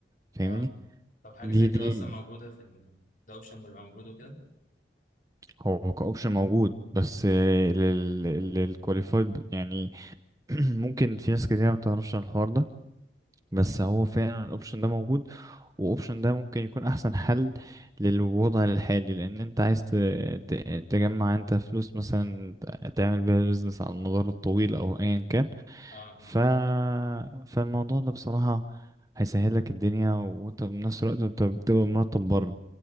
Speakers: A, on the right (about 20°); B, on the left (about 45°).
A: فاهمني
B: اه طب حاجة
A: دي
B: زي كده
A: دي
B: أصلا موجودة في ال... ده أوبشن بيبقى موجود وكده
A: هو كأوبشن موجود بس للكواليفايد يعني <clears throat> ممكن في ناس كتير ما بتعرفش عن الحوار ده بس هو فعلا الاوبشن ده موجود واوبشن ده ممكن يكون احسن حل للوضع الحالي لان انت عايز ت- ت- تجمع انت فلوس مثلا ت- تعمل بيها بيزنس على المدار الطويل او ايا كان
B: اه
A: ف...
B: اه
A: فالموضوع ده بصراحة هيسهل لك الدنيا وانت بنفس الوقت انت بتبقى مرتب بره